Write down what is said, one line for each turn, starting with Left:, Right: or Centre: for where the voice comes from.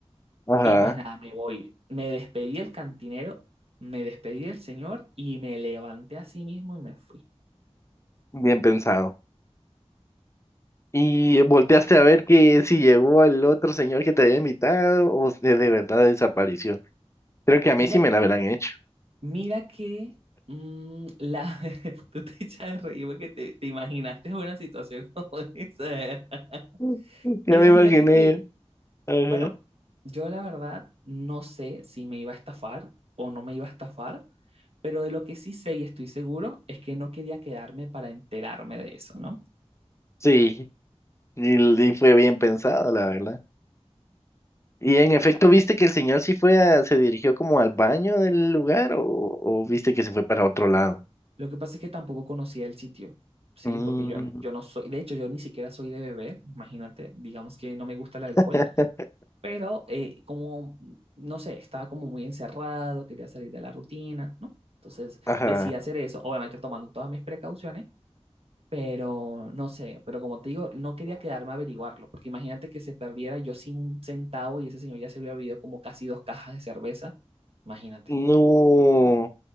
Left: Ajá.
Right: Y pues nada, me voy. Me despedí del cantinero, me despedí del señor y me levanté a sí mismo y me fui.
Left: Bien pensado. ¿Y volteaste a ver que si llegó el otro señor que te había invitado o de, de verdad desapareció? Creo que a mí
Right: Mira,
Left: sí me la habrán hecho.
Right: mira que mm, la... <laughs> tú te echas de reír porque te, te imaginaste una situación como esa. <laughs>
Left: <laughs> Ya
Right: Imagínate
Left: me imaginé.
Right: que
Left: Ajá.
Right: Bueno, yo la verdad no sé si me iba a estafar o no me iba a estafar, pero de lo que sí sé y estoy seguro es que no quería quedarme para enterarme de eso, ¿no?
Left: Sí, y, y fue bien pensado, la verdad. Y en efecto, ¿viste que el señor sí fue a- se dirigió como al baño del lugar o, o viste que se fue para otro lado?
Right: Lo que pasa es que tampoco conocía el sitio, ¿sí?
Left: Mm,
Right: Porque yo, yo no soy, de hecho yo ni siquiera soy de beber, imagínate, digamos que no me gusta el
Left: <laughs>
Right: alcohol, pero eh, como, no sé, estaba como muy encerrado, quería salir de la rutina, ¿no? Entonces
Left: ajá.
Right: decidí hacer eso, obviamente tomando todas mis precauciones, Pero no sé, pero como te digo, no quería quedarme a averiguarlo, porque imagínate que se perdiera yo sin un centavo y ese señor ya se había bebido como casi dos cajas de cerveza. Imagínate.
Left: No.